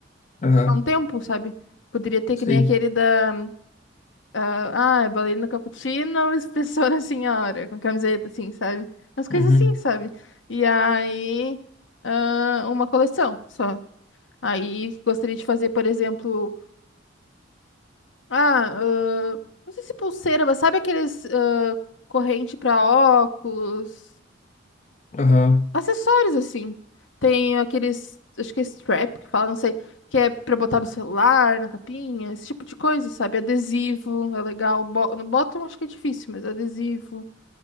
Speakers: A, on the left (about 40°); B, on the left (about 75°).
A: Aham,
B: há um tempo, sabe? Poderia ter
A: sei.
B: que nem aquele da Ah, é bailarina cappuccino, <laughs> espessora senhora, com camiseta, assim, sabe? As coisas
A: Uhum.
B: assim, sabe? E aí, ah, uma coleção só. Aí, gostaria de fazer, por exemplo, ah, ah, não sei se pulseira, mas sabe aqueles ah, corrente pra óculos,
A: Aham,
B: acessórios, assim. Tem aqueles, acho que é strap que fala, não sei, que é pra botar no celular, na capinha, esse tipo de coisa, sabe? Adesivo, é legal. Bo- No bottom acho que é difícil, mas adesivo.